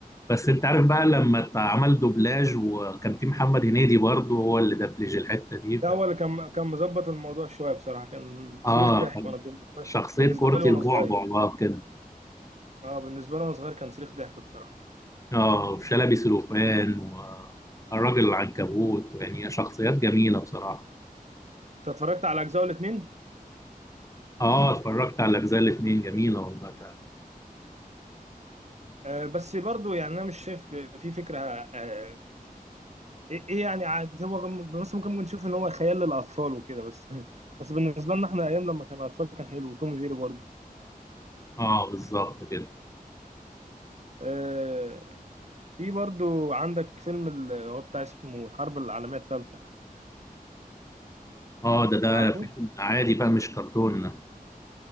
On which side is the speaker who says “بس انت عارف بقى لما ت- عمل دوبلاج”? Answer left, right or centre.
Left